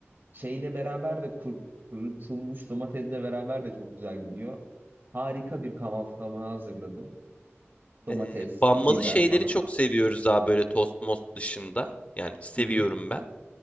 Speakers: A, on the right; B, on the left.
A: şeyle beraber de kur- kurutulmuş domatesle beraber de çok güzel gidiyor. Harika bir kahvaltı tabağı hazırladım. Domates,
B: Ee, banmalı
A: biber
B: şeyleri
A: falan.
B: çok seviyoruz abi böyle tost most dışında. Yani seviyorum
A: Hı hı.
B: ben.